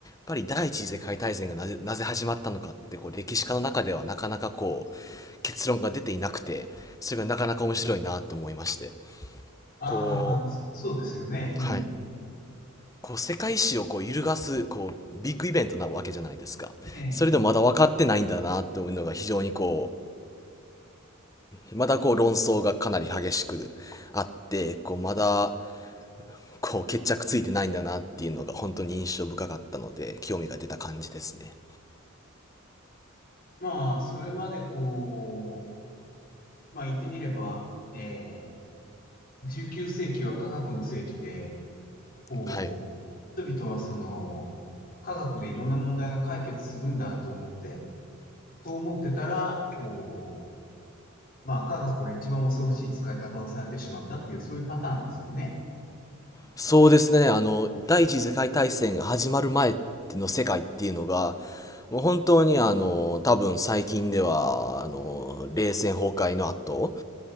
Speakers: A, on the left (about 15°); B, on the left (about 45°).
A: ぱり第一次世界大戦がなぜ、なぜ始まったのかって、こう歴史家の中ではなかなかこう、結論が出ていなくて、それがなかなか面白いなと思いまして。
B: ああ、
A: こ
B: そそうですよね。うん。
A: う、はい。こう世界史をこう揺るがす、こう、ビッグイベントなわけじゃないですか。
B: ええ
A: それでもまだ分かってないんだなというのが非常にこう、まだこう論争がかなり激しくあって、こうまだ、こう決着ついてないんだなっていうのが本当に印象深かったので、興味が出た感じですね。
B: まあ、それまでこう、まあ言ってみれば、ええ19世紀は科学の世紀で、こう、
A: はい。
B: 人々はその、科学でいろんな問題が解決するんだと思って、そう思ってたら、こうまあ、科学が一番恐ろしい使い方をされてしまったっていう、そういうパターンですよね。
A: そうですね。あの、第一次世界大戦が始まる前の世界っていうのが、もう本当にあの、多分最近では、あの、冷戦崩壊の後